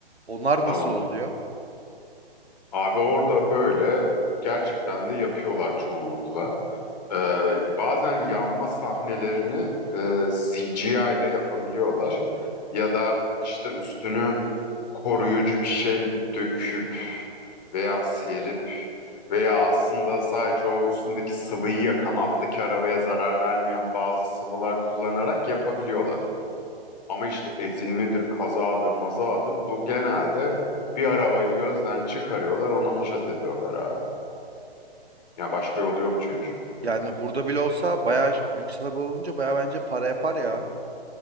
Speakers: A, on the right; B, on the left.
A: Onlar
B: Tamam.
A: nasıl oluyor?
B: Abi orada böyle gerçekten de yapıyorlar çoğunlukla. Ee, bazen yanma sahnelerini e, CGI ile yapabiliyorlar. Ya da işte üstünü koruyucu bir şey döküp veya serip veya aslında sadece o üstündeki sıvıyı yakan alttaki arabaya zarar vermeyen bazı sıvılar kullanarak yapabiliyorlar. Ama işte ezilmedir, kazadır, mazadır bu genelde bir arabayı gözden çıkarıyorlar onu haşat ediyorlar abi. Ya başka yolu yok çünkü.
A: Yani hurda bile olsa bayağı lüks araba olunca bayağı bence para yapar ya.